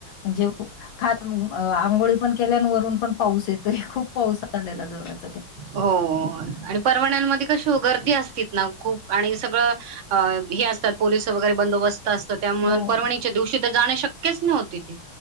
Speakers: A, on the left; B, on the right.
A: अह जेव, खा आंघोळी पण केलोय वरून पण पाऊस येतोय खूप पाऊस <inaudible> जोरात,
B: हो आणि परवान्यामध्ये कशी हो गर्दी असती ना खूप, आणि सगळं अ हे असतात पोलीस वगैरे बंदोबस्त असतं त्यामुळे
A: हो
B: परवणी त्या दिवशी तर जाणं शक्यच नव्हते ते.